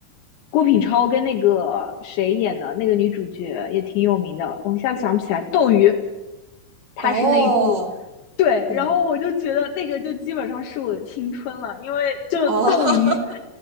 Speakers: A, on the left; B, on the right.
A: 郭品超跟那个谁演的，那个女主角也挺有名的，我一下子想不起来，斗鱼，她是那一部
B: 哦，
A: 对，
B: 嗯，
A: 然后我就觉得那个就基本上是我的青春了，因为就斗鱼，
B: 哦，<laughs>